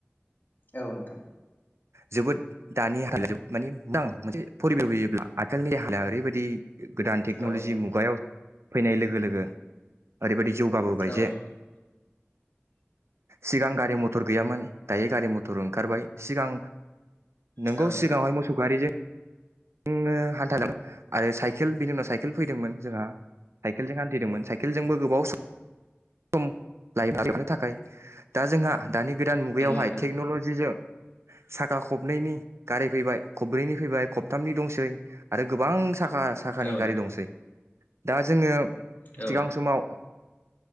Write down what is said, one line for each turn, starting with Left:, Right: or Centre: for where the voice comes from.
Left: औ नोंथां
Right: जोबोद दानि हाया मानि मदां मोनसे फरिबे होयोब्ला आथिखालनि <unintelligible> ओरैबायदि गोदान टेक्न'लजि
Left: औ नोंथां औ नोंथां
Right: मुगायाव फैनाय लोगो लोगो ओरैबायदि जौगाबोबाय
Left: औ नोंथां
Right: जे सिगां गारि मथर गैयामोन दायो गारि मथर ओंखारबाय सिगां नोंगौ
Left: नंगौ
Right: सिगाङावहाय मोसौ गारिजों जोंङो हान्थ आरो साइकेल बिनि उनाव साइकेल फैदोंमोन जोंहा साइकेलजों हान थिदोंमोन साइकेलजों बो गोबाव सम सम लायोमोन थाखाय दा जोंहा दानि गोदान मुगायावहाय
Left: नोंथां
Right: टेक्न'लजिजों सा खा खबनैनि गाराय फैबाय खब्रैनि फैबाय खबथामनि दंसै आरो गोबां साखा साखा साखानि
Left: औ
Right: गारि
Left: नोंथां
Right: दंसै दा जोङो
Left: औ
Right: सिगां
Left: नोंथां
Right: समाव